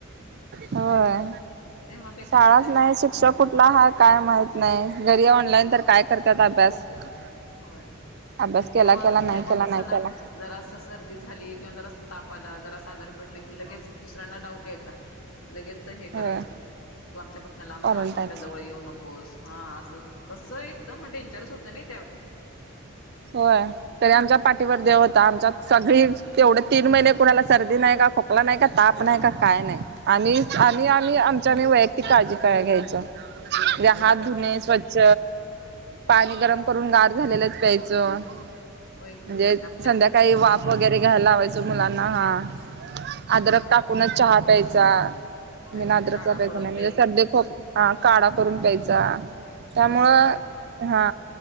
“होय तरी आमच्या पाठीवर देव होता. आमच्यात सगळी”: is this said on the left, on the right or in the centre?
Right